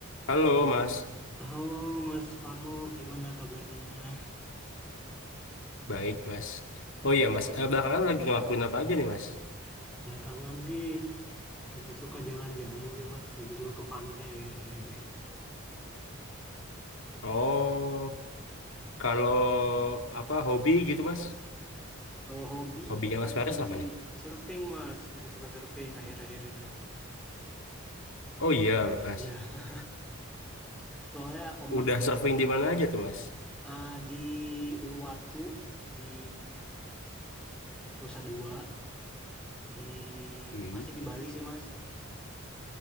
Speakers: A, on the left; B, in the centre.
A: Halo Mas,
B: Halo Mas Vano, gimana kabarnya?
A: baik Mas. Oh iya Mas, Eh, belakangan lagi ngelakuin apa aja nih Mas?
B: Belakangan sih lagi suka jalan-jalan sih Mas, lagi suka ke pantai akhir-akhir ini.
A: Oh, kalau apa hobi gitu Mas?
B: Kalau hobi
A: Hobinya
B: lagi
A: Mas Faris apa nih?
B: surfing Mas, lagi suka surfing akhir-akhir ini.
A: Oh iya Mas,
B: Iya, soalnya ombaknya
A: udah surfing
B: juga
A: di mana aja tuh Mas?
B: ah, di Uluwatu, di Nusa Dua, di
A: Hmm.
B: masih di Bali sih Mas.